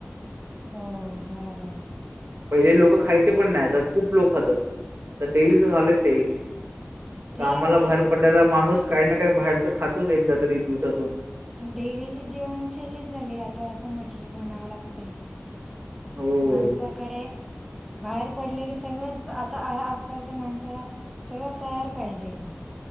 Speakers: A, in the centre; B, on the right.
A: हो बराबर
B: पहिले लोक खायचे पण नाही तर खूप लोक खातात आता डेलीच झालेच आहे
A: ते
B: कामाला
A: आता
B: बाहेर पडलेला माणूस काही ना काही बाहेरच खातोच एकदा तरी दिवसातून
A: डेलीची जीवनशैलीच झाली आता असं म्हट कि म्हणावं लागतय
B: हो
A: माणसाकडे
B: <inaudible>
A: बाहेर पडले की सगळं आता आजकालच्या माणसाला सगळं तयार पाहिजे